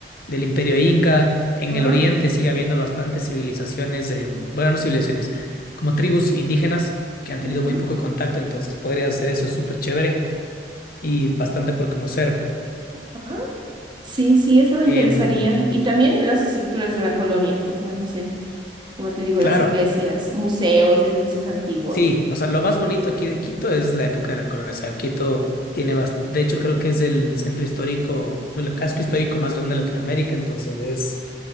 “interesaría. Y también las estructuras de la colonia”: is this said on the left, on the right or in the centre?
Right